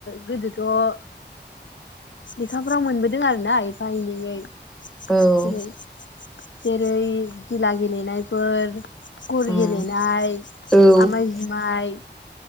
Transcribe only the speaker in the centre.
औ
उम
औ